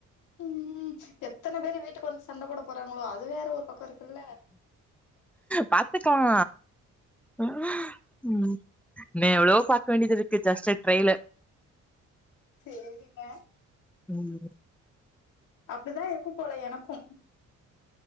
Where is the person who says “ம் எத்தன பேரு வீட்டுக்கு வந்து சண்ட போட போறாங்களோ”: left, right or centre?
Left